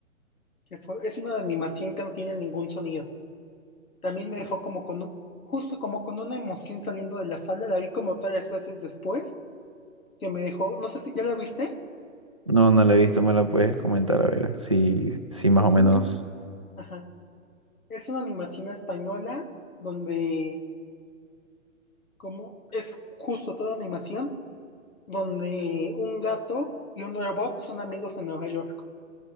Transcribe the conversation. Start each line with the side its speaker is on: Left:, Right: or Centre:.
Left: que fue- es una animación que no tiene ningún sonido. También me dejó como con un- justo como con una emoción saliendo de la sala, la vi como tres veces después, que me dejó, no sé si ya la viste.
Right: No, no la he visto, me la puedes comentar a ver si, si más o menos.
Left: No. Ajá. Es una animación española donde, como es justo toda animación, donde un gato y un robot son amigos en Nueva York.